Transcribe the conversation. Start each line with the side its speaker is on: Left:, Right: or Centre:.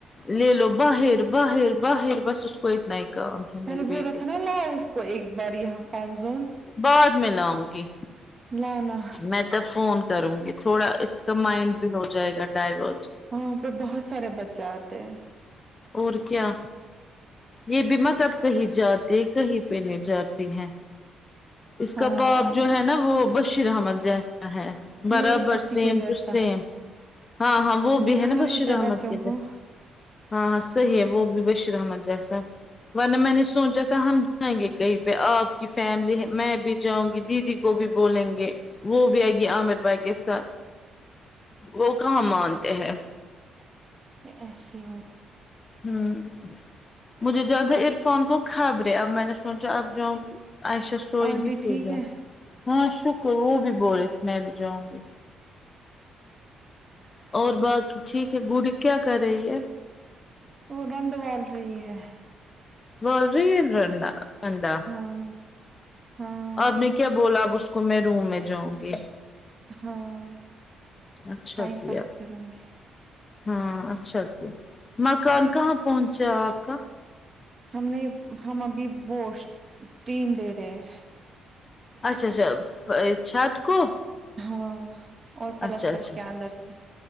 Left: لے لو باہر باہر باہر بس اس کوئیت نا کام ہے
Right: میں
Left: میری
Right: نے
Left: بیٹی
Right: بولا تھا نا لاؤ اس کو ایک بار یہاں فون زون
Left: بعد میں لاؤں گی
Right: نہ نہ
Left: میں تب فون کروں گی تھوڑا اس کا مائنڈ بھی ہو جائے گا ڈائیورٹ
Right: وہاں پہ بہت سارے بچے آتے ہیں
Left: اور کیا یہ بھی مت اب کہیں جاتے کہیں پہنے جاتی ہیں اس
Right: ہاں
Left: کا باپ جو ہے نا وہ بشیر احمد جیسا ہے برابر
Right: میرے پتی
Left: سیم
Right: کے جیسا
Left: ٹو سیم ہاں ہاں وہ بھی
Right: کہاں
Left: ہے نا بشیر
Right: لیتا ہے
Left: احمد
Right: بچوں
Left: کے جیسا
Right: کو
Left: ہاں ہاں صحیح ہے وہ بھی بشیر احمد جیسا ورنہ میں نے سوچا تھا ہم جائیں گے کہیں پہ آپ کی فیملی میں بھی جاؤں گی دیدی کو بھی بولیں گے وہ بھی آئے گی عامر بھائی کے ساتھ وہ کہاں مانتے ہیں
Right: یہ ایسے ہو
Left: ہوں مجھے زیادہ عرفان کو خھبرے اب میں نے سوچا اب جاؤں گی عائشہ سوئے
Right: آنٹی
Left: گی پھر
Right: ٹھیک
Left: جاؤ
Right: ہے
Left: ہاں شکر وہ بھی بولے تھے میں بھی جاؤں گی
Right: ہ <inaudible>
Left: اور باقی ٹھیک ہے گڑی کیا کر رہی ہے
Right: وہ گند وال رہی ہے
Left: وال ری ہے رنڈا انڈا
Right: ہاں ہاں
Left: آپ نے کیا بولا اب اس کو میں روم میں جاؤں گی
Right: ہاں
Left: اچھا
Right: ٹائم
Left: کیا
Right: پاس کروں گی
Left: ہاں اچھا کیا مکان کہاں پہنچا آپ کا
Right: ہم نے ہم ابھی بوش تین دے رہے ہیں
Left: اچھا اچھا چھت کو
Right: ہاں اور پلستر
Left: اچھا اچھا
Right: کیا اندر سے